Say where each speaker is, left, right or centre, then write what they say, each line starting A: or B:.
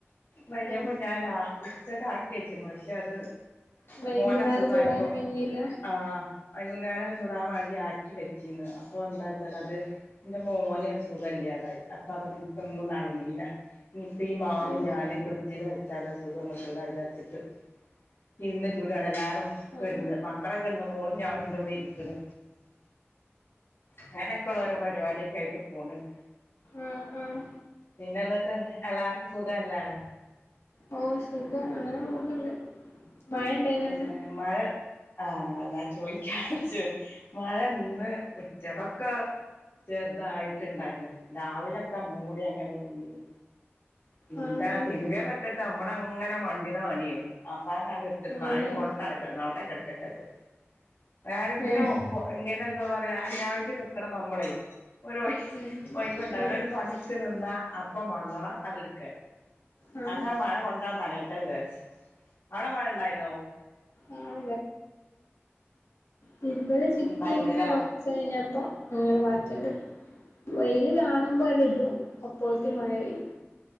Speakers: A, on the left (about 60°); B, on the left (about 85°).
A: നെയ്യപ്പം
B: ഏഹ്
A: ഞാന് രാ ഉച്ചക്ക് ആകി വെച്ചീണ് പഷേ അത്-
B: വൈകുന്നേരം
A: മോന അസുഖ
B: ചൂടാൻ
A: ആയപ്പൊ
B: കഴിഞ്ഞില്ല
A: ആ വൈകുന്നേരം ചൂടാൻ വേണ്ടി ആക്കി വെച്ചിന്ന് അപ്പൊ എന്താച്ചാല്അത് എന്റെ മോന് സുഖല്ലാതായി അപ്പൊ അതക്കൊന്നും നടന്നില ഇനിയിപ്പം ഈ മാവ്
B: ഏഹ്
A: ഞാന് ഫ്രിഡ്ജില് വെച്ചാല് സുഖം കിട്ടൂല വിചാച്ചിട്ട്- ഇരുന്ന് ചൂട്യാണ് എല്ലാരും കെടന്ന്
B: ആഹ്
A: മക്കളെ കെടുന്ന് മോളും ഞാനുണ്ട് ഇവിടെ ഇരിക്കണ് അങ്ങനൊക്കെയുള്ള ഓരോ പരിപാടിയൊക്കെ ആയിട്ട് പോണണ്ട്
B: ആഹ് ആഹ്
A: പിന്നെ എന്നിട്ട് എല്ലാർക്കും സുഖല്ലേ-
B: ഓ സുഖാ അങ്ങനെ പോന്നുണ്ട്- മഴ ഇണ്ടേനേന്ന്-
A: ഏഹ് മഴ ആഹ് ഞാൻ ചോദിക്കാ വച് മഴ ഇന്ന് ഉച്ചക്കൊക്കെ ചെറുതായിട്ടുണ്ടായിന്ന് രാവിലൊക്കെ മൂടി അങ്ങനെ നിന്ന് പിന്നെ
B: ആഹ്
A: തിരുമ്പിയതൊക്കെ ഇട്ട് നമ്മള അങ്ങനെ മണ്ടിന മേണന്ന് അവസാന - എ മഴയും
B: അതെ
A: കൊണ്ട നടക്ക അവടെ- എടുക്കട്ടെച്ചെ- ഞാന ഇതിന്
B: ഏഹ്
A: മുമ്പ് ഇങ്ങനെ എന്താ പറയാ അതിനായിട്ട് നിക്കണം നമ്മളെ ഒരു
B: ഉം
A: ഒഴിവ്വുണ്ടാവില്ല
B: അതെ
A: ഒരു പണിക്ക് നിന്ന അപ്പം വണ്ടണം അത്ടുക്കൻ
B: ആഹ്
A: അത മഴ കൊണ്ടന്നാനനയട്ടേന്ന് വിചാരിച്ച അവിടെ മഴ ഇണ്ടായിന്നോ-
B: ആഹ് തിരുമല് ചുറ്റി
A: ഉണ്ടായിരുന്നല്ലേ
B: ഇങ്ങനെ കൊറച്ച് കഴിഞ്ഞപ്പം- അങ്ങനെ വാറ്റണ്ട് വൈ ഇത് കാണുമ്പോ <unintelligible> പോലത്തി മയ പെയ്യും-